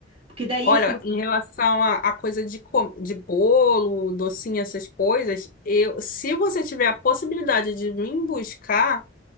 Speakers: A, on the right (about 30°); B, on the left (about 45°).
A: Porque daí
B: Olha,
A: assim
B: em relação à a coisa de, co- de bolo, docinho, essas coisas, eu, se você tiver a possibilidade de vir buscar.